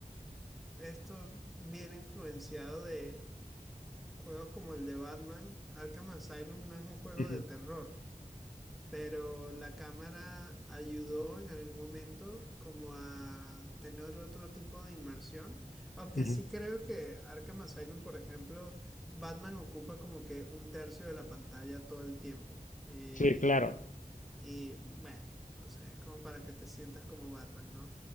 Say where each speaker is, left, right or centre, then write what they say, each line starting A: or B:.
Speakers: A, in the centre; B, on the left.
A: Esto viene influenciado de juegos como el de Batman. Arkham Asylum no es un juego
B: Ujú,
A: de terror, pero la cámara ayudó en algún momento como a tener otro tipo de inmersión. Aunque
B: ujú,
A: sí
B: ujú.
A: creo que Arkham Asylum, por ejemplo, Batman ocupa como que un tercio de la pantalla todo el tiempo. Eh,
B: Sí, claro.
A: y bueno, o sea, es como para que te sientas como Batman, ¿no?